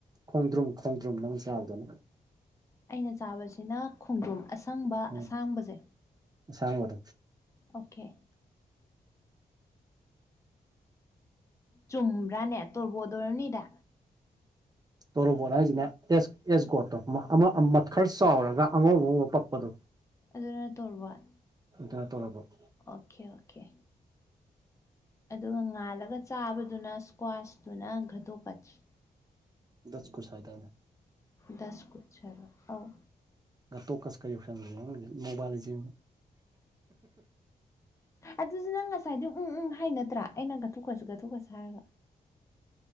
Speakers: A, on the right; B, on the left.
A: ꯈꯣꯡꯗ꯭ꯔꯨꯝ ꯈꯣꯡꯗ꯭ꯔꯨꯝ ꯅꯪ ꯆꯥꯕꯗꯨꯅ
B: ꯑꯩꯅ ꯆꯥꯕꯁꯤꯅ ꯈꯣꯡꯗ꯭ꯔꯣꯝ ꯑꯁꯪꯕ
A: ꯎꯝ
B: ꯑꯁꯥꯡꯕꯁꯦ
A: ꯑꯁꯥꯡꯕꯗꯣ
B: ꯑꯣꯀꯦ ꯆꯨꯝꯕ꯭ꯔꯥꯅꯦ ꯇꯣꯔꯕꯣꯠ ꯑꯣꯏꯔꯝꯅꯤꯗ
A: ꯇꯣꯔꯣꯕꯣꯠ ꯍꯥꯏꯖꯤꯅ ꯇꯦꯁ ꯑꯦꯁ ꯒꯣꯇ ꯑꯃ ꯈꯔ ꯆꯥꯎꯔꯒ ꯑꯉꯧ ꯑꯉꯧꯕ ꯄꯛꯄꯗꯣ
B: ꯑꯗꯨꯅ ꯇꯣꯔꯕꯣꯠ
A: ꯑꯗꯨ ꯇꯧꯔꯕꯣꯠ
B: ꯑꯣꯀꯦ ꯑꯣꯀꯦ ꯑꯗꯨꯒ ꯉꯥꯜꯂꯒ ꯆꯥꯕꯗꯨꯅ ꯏꯁꯀ꯭ꯋꯥꯁꯇꯨꯅ ꯒꯇꯣꯒꯁ
A: ꯗꯁ ꯀꯨꯁ ꯍꯥꯏꯗꯥꯏꯅꯦ
B: ꯗꯁ ꯀꯨꯠꯁ ꯍꯥꯏꯕꯔ꯭ ꯑꯥꯎ
A: ꯒꯇꯣꯠꯀꯆꯀ ꯌꯧꯁꯟꯒꯔ꯭ꯦ ꯑꯃꯗꯤ ꯃꯣꯕꯥꯏꯜ ꯂꯦꯖꯦꯟ
B: ꯑꯗꯨꯁꯨ ꯅꯪ ꯉꯁꯥꯏꯗꯤ ꯎꯝ ꯎꯝ ꯍꯥꯏꯅꯠꯇ꯭ꯔꯥ ꯑꯩꯅ ꯒꯇꯣꯠꯀꯆ ꯒꯇꯣꯠꯀꯆ ꯍꯥꯏꯔꯒ